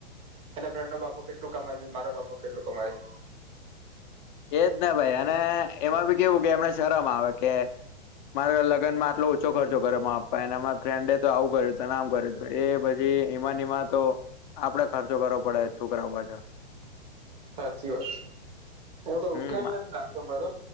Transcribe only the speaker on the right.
એના ફ્રેડ નો બાપો કેટલું કમાય છે ન મારો બાપો કેટલું કમાય છે.
સાચી વાત છે, એવ કોઈ
ઉકેલ નથી લ તોરો